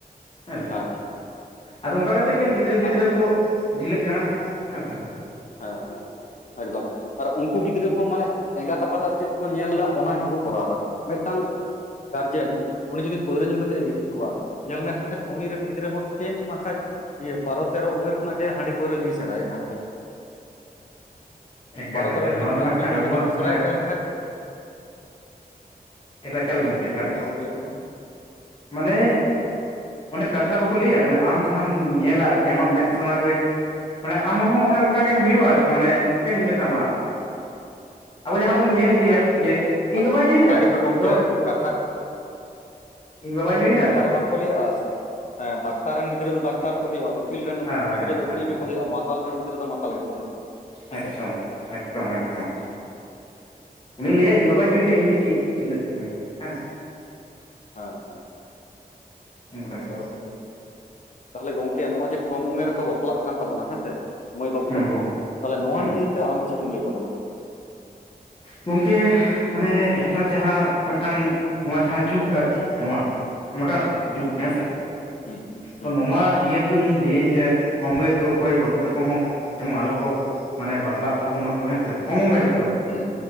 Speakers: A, on the left (about 35°); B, on the left (about 50°).
A: ᱦᱮᱸᱥᱮ
B: ᱦᱮᱸ
A: ᱟᱫᱚ ᱚᱝᱠᱟ
B: ᱮᱠᱫᱚᱢ
A: ᱠᱟᱛᱮᱜ ᱜᱮ ᱜᱤᱫᱽᱨᱟᱹ ᱯᱤᱫᱽᱨᱟᱹ
B: ᱟᱨ
A: ᱠᱚ᱾ ᱰᱷᱤᱞᱟᱹᱜ ᱠᱟᱱᱟ ᱦᱮᱸ ᱥᱮ᱾
B: ᱦᱮᱸ ᱦᱮᱸ ᱮᱠᱫᱚᱢ᱾ ᱟᱨ ᱩᱝᱠᱩ ᱜᱤᱫᱽᱨᱟᱹ ᱦᱚᱸ ᱢᱟᱱᱮ ᱮᱸᱜᱟᱛ ᱟᱯᱟᱛᱟᱜ ᱪᱮᱫ ᱠᱚ ᱧᱮᱞᱫᱟ ᱚᱱᱟ ᱜᱮᱠᱚ ᱠᱚᱨᱟᱣᱫᱟ ᱢᱮᱫᱴᱟᱝ ᱜᱟᱨᱡᱮᱱ ᱩᱱᱤ ᱡᱩᱫᱤ ᱯᱟᱹᱣᱨᱟᱹ ᱧᱩ ᱠᱟᱛᱮ ᱮ ᱜᱤᱛᱤᱡ ᱠᱚᱜᱼᱟ? ᱧᱮᱞ ᱢᱮ ᱦᱟᱸᱜ ᱠᱷᱟᱡ ᱩᱱᱤ ᱨᱮᱱ ᱜᱤᱫᱽᱨᱟᱹ ᱦᱚᱸ ᱥᱮᱢ ᱦᱟᱸᱜ ᱠᱷᱟᱡ ᱤᱭᱟᱹ ᱵᱟᱨᱚ ᱛᱮᱨᱚ ᱩᱢᱮᱨ ᱠᱷᱚᱱᱟᱜ ᱜᱮ ᱦᱟᱺᱰᱤ ᱯᱟᱹᱣᱨᱟᱹ ᱧᱩᱭ ᱥᱮᱬᱟᱭᱮᱜᱼᱟ ᱦᱟᱸᱠᱷᱟᱡ᱾
A: ᱮᱠᱟᱞ
B: ᱵᱟᱨ
A: ᱮᱠᱟᱞ
B: ᱛᱮᱨᱚ ᱩᱢᱮᱨ
A: ᱱᱚᱣᱟ
B: ᱠᱷᱚᱱᱟᱜ
A: ᱫᱚ ᱢᱤᱫᱴᱟᱝ
B: ᱦᱟᱺᱰᱤ ᱯᱟᱹᱣᱨᱟᱹ
A: ᱟᱵᱚᱣᱟᱜ
B: ᱧᱩ ᱠᱚ
A: ᱢᱟᱱᱮ
B: ᱥᱮᱬᱟᱭᱮᱜᱼᱟ ᱦᱟᱸᱜ ᱠᱷᱟᱡ
A: ᱮᱠᱞᱟ ᱜᱚᱝᱠᱮ ᱮᱠᱟᱞ ᱜᱮ
B: ᱦᱮᱸ ᱜᱚᱝᱠᱮ ᱞᱟᱹᱭ ᱵᱤᱱ ᱢᱟ
A: ᱢᱟᱱᱮ ᱚᱱᱮ ᱠᱟᱛᱷᱟ ᱨᱮ ᱵᱟᱠᱚ ᱞᱮᱭᱟ ᱢᱟᱱᱮ ᱟᱢ ᱡᱟᱦᱟᱸᱢ ᱧᱮᱞᱟ ᱟᱨᱠᱤ ᱟᱢᱟᱜ ᱢᱮᱫ ᱥᱟᱢᱟᱝ ᱨᱮ ᱢᱟᱱᱮ ᱟᱢ ᱦᱚᱸ ᱚᱱᱮ ᱚᱝᱠᱟ ᱜᱮᱢ ᱦᱳᱭᱳᱜᱼᱟ ᱟᱨᱠᱤ ᱚᱱᱮ ᱪᱮᱠᱟᱹᱧ ᱢᱮᱛᱟᱢᱟ ᱟᱵᱚ ᱡᱟᱦᱟᱸ ᱵᱚᱱ ᱧᱮᱞ ᱤᱫᱤᱭᱟ
B: ᱦᱮᱸ
A: ᱡᱮ ᱤᱧ
B: ᱟᱫᱚ
A: ᱵᱟᱵᱟᱭ ᱧᱩᱭᱫᱟ
B: ᱚᱱᱟ ᱜᱮᱛᱚ ᱜᱚᱝᱠᱮ
A: ᱛᱚ
B: ᱠᱟᱛᱷᱟ
A: ᱤᱧ ᱵᱟᱵᱟᱭ ᱧᱩᱭᱫᱟ
B: ᱵᱟᱝ ᱠᱚ ᱞᱮᱭᱟ ᱫᱟᱠᱛᱟᱨ ᱨᱮᱱ ᱜᱤᱫᱽᱨᱟᱹ ᱫᱚ ᱫᱟᱠᱛᱟᱨ, ᱠᱚ ᱦᱳᱭᱳᱜᱼᱚ 'ᱩᱠᱤᱞ' ᱨᱮᱱ
A: ᱦᱳᱭ
B: ᱜᱤᱫᱽᱨᱟᱹ ᱫᱚ,
A: ᱦᱳᱭ
B: 'ᱩᱠᱤᱞ' ᱜᱮᱠᱚ ᱦᱳᱭᱳᱜᱼᱟ᱾ ᱢᱟᱛᱟᱞ ᱨᱮᱱ ᱜᱤᱫᱽᱨᱟᱹ ᱫᱚ, ᱢᱟᱛᱟᱞ ᱜᱮᱠᱚ ᱦᱳᱭᱳᱜᱼᱟ,
A: ᱮᱠᱫᱚᱢ
B: ᱦᱮᱸᱥᱮ᱾
A: ᱮᱠᱫᱚᱢ, ᱮᱠᱫᱚᱢ᱾ ᱩᱱᱤ ᱞᱟᱹᱭᱟᱭ ᱤᱧ ᱵᱟᱵᱟ ᱧᱩᱭᱫᱟ, ᱤᱧ ᱫᱚ ᱪᱮᱹᱜ ᱪᱤᱜᱟᱹᱜ ᱛᱤᱧᱟ, ᱦᱮᱸᱻ᱾
B: ᱦᱟ᱾
A: ᱚᱱᱠᱟ
B: ᱱᱚᱜᱼᱚ ᱱᱚᱝᱠᱟ
A: ᱜᱮ
B: ᱜᱚᱝᱠᱮ, ᱛᱟᱦᱞᱮ ᱜᱚᱝᱠᱮ, ᱱᱚᱜᱼᱚᱭ ᱡᱮ ᱠᱚᱢ ᱩᱢᱮᱨ ᱨᱮᱠᱚ ᱵᱟᱯᱞᱟᱜ ᱠᱟᱱ ᱛᱟᱵᱚᱱᱟ, ᱦᱮᱸᱥᱮ ᱢᱟᱹᱭ, ᱵᱟᱹᱵᱩ
A: ᱦᱩᱸ
B: ᱛᱟᱠᱚ
A: ᱦᱩᱸ
B: ᱛᱟᱞᱮ ᱱᱚᱣᱟ
A: ᱦᱩᱸ
B: ᱱᱤᱭᱮᱛᱮ ᱟᱢ ᱪᱮᱜ ᱮᱢ ᱞᱟᱹᱭ ᱛᱟᱵᱚᱱᱟ?
A: ᱜᱚᱝᱠᱮ, ᱢᱟᱱᱮ ᱦᱮᱸᱛᱟᱨ ᱡᱟᱦᱟᱸ ᱢᱮᱜᱴᱟᱝ ᱱᱚᱣᱟ ᱡᱟᱦᱟᱸ 'ᱡᱩᱜᱽ' ᱟᱨᱠᱤ ᱱᱚᱣᱟ 'ᱢᱚᱰᱟᱨᱱ
B: ᱦᱮᱸ
A: ᱡᱩᱜᱽ' ᱦᱮᱸᱥᱮ!
B: ᱦᱩᱸ ᱦᱩᱸ
A: ᱛᱚ ᱱᱚᱣᱟ ᱤᱭᱟᱹ ᱨᱮᱫᱚ ᱤᱧ ᱞᱟᱹᱭᱟᱹᱧ, ᱡᱮ ᱠᱚᱢ ᱢᱮᱨ ᱫᱚ ᱚᱠᱚᱭ ᱵᱟᱹᱵᱩ ᱛᱟᱠᱚ ᱦᱚᱸ ᱡᱮᱢᱚᱱ ᱟᱞᱚ ᱠᱚ ᱢᱟᱱᱮ 'ᱵᱟᱯᱞᱟᱜ' ᱛᱟᱵᱚᱱ ᱢᱟᱠᱚ ᱦᱮᱸᱥᱮ, ᱠᱚᱢ ᱩᱢᱮᱨ ᱨᱮᱫᱚ᱾
B: ᱦᱩᱸ